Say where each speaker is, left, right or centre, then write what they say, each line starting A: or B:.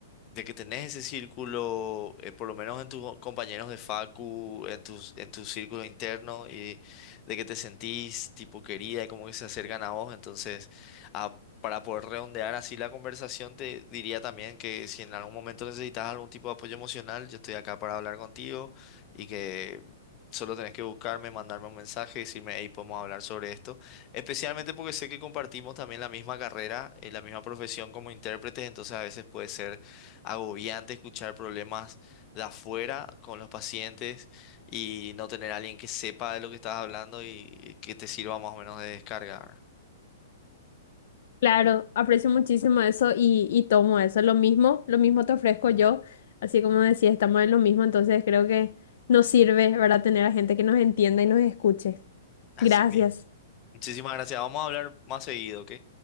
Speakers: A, on the left; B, on the left.
A: de que tenés ese círculo, eh, por lo menos en tus compañeros de facu, en tus, en tu círculo interno, y de que te sentís tipo querida y como que se acercan a vos. Entonces, ah, para poder redondear así la conversación, te diría también que si en algún momento necesitas algún tipo de apoyo emocional, yo estoy acá para hablar contigo y que... Solo tenés que buscarme, mandarme un mensaje, decirme, hey, podemos hablar sobre esto. Especialmente porque sé que compartimos también la misma carrera, eh, la misma profesión como intérpretes, entonces a veces puede ser agobiante escuchar problemas de afuera con los pacientes y no tener a alguien que sepa de lo que estás hablando y que te sirva más o menos de descarga. ¿verdad?
B: Claro, aprecio muchísimo eso y, y tomo eso. Lo mismo, lo mismo te ofrezco yo. Así como decía, estamos en lo mismo, entonces creo que nos sirve, ¿verdad? Tener a gente que nos entienda y nos escuche.
A: <laughs> Así
B: Gracias.
A: mismo. Muchísimas gracias. Vamos a hablar más seguido, ¿ok?